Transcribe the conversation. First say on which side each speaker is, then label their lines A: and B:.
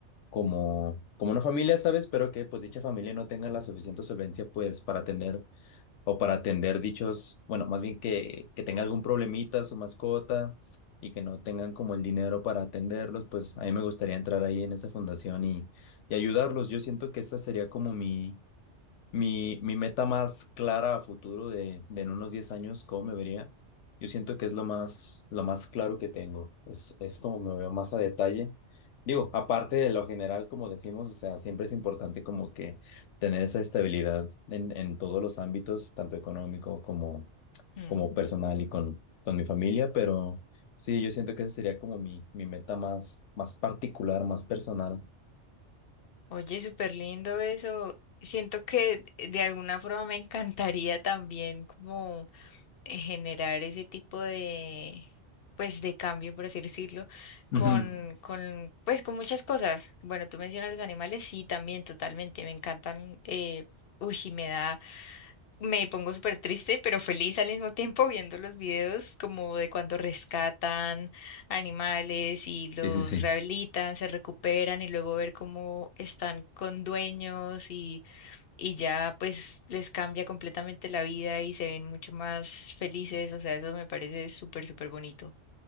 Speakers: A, on the left (about 85°); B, on the left (about 60°).
A: como, como una familia, ¿sabes? Pero que pues dicha familia no tenga la suficiente solvencia pues para tener o para atender dichos, bueno, más bien que, que tenga algún problemita su mascota y que no tengan como el dinero para atenderlos, pues a mí me gustaría entrar ahí en esa fundación y, y ayudarlos. Yo siento que esa sería como mi, mi, mi meta más clara a futuro de, de en unos 10 años, ¿cómo me vería? Yo siento que es lo más, lo más claro que tengo. Es, es como me veo más a detalle. Digo, aparte de lo general, como decimos, o sea, siempre es importante como que tener esa estabilidad en, en todos los ámbitos, tanto económico como,
B: Mm.
A: como personal y con, con mi familia, pero sí, yo siento que esa sería como mi, mi meta más, más particular, más personal.
B: Oye, súper lindo eso. Siento que de alguna forma me encantaría también como eh, generar ese tipo de, pues, de cambio, por así decirlo,
A: Ujú.
B: con, con, pues, con muchas cosas. Bueno, tú mencionas los animales, sí, también, totalmente, me encantan. eh, uy, y me da, me pongo súper triste, pero feliz al mismo tiempo viendo los videos como de cuando rescatan animales y los
A: Sí, sí, sí.
B: rehabilitan, se recuperan y luego ver cómo están con dueños y y ya pues les cambia completamente la vida y se ven mucho más felices, o sea, eso me parece súper, súper bonito,